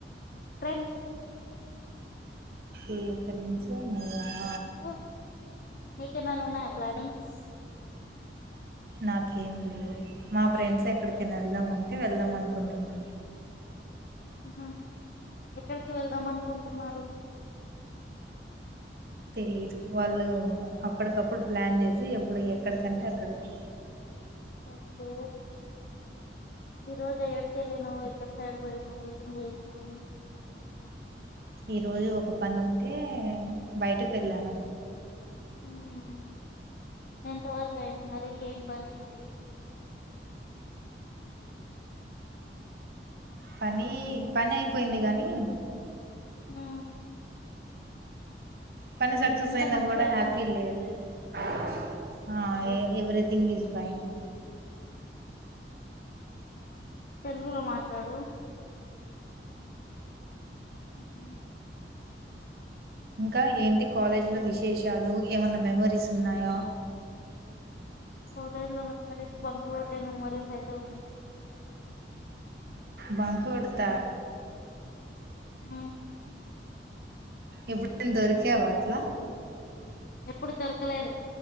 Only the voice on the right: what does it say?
ఏ ఫెండ్ అ
నాకేం లేవు మా ఫ్రెండ్స్ ఎక్కడికినా వెళ్దామంటే. వెళ్దాం అనుకుంటున్నా.
తెలీదు వాళ్ళు అప్పటికప్పుడు ప్లాన్ చేసి ఎప్పుడు ఎక్కడికంటే అక్కడికి
ఈరోజు ఒక పని ఉంటే. బయటకు వెళ్ళాను
పని పని అయిపోయింది గానీ
పని సక్సెస్
అయినా
కూడా
హ్యాపీ లేదు. అ ఆ
ఎ ఎవరిథింగ్ ఇజ్ ట్రైన్
ఇంకా ఏంటి కాలేజ్ లో విషయ్ శేసాలు ఏమన్నా మెమరీస్ ఉన్నాయా.
బకు అడుత
ఎప్పుడ దొరికవా అట్లా